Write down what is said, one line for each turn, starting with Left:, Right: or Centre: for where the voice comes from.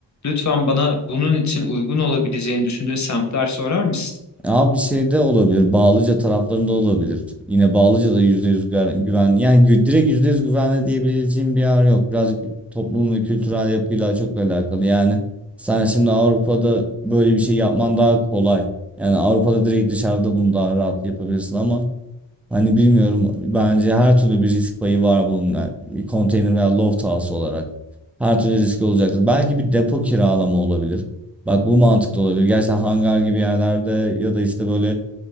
Left: Lütfen bana bunun için uygun olabileceğini düşündüğün semtler sorar mısın?
Centre: Abi şeyde olabilir. Bağlıca taraflarında olabilir. Yine Bağlıca'da %100 gar- güven. Yani gü- direkt %100 güvenli diyebileceğim bir yer yok. Birazcık toplum ve kültürel yapıyla çok alakalı. Yani sen şimdi Avrupa'da böyle bir şey yapman daha kolay. Yani Avrupa'da direkt dışarıda bunu daha rahat yapabilirsin ama hani bilmiyorum bence her türlü bir risk payı var bunun yani konteyner veya loft house olarak. Her türlü riski olacaktır. Belki bir depo kiralama olabilir. Bak bu mantıklı olabilir. Gerçekten hangar gibi yerlerde ya da işte böyle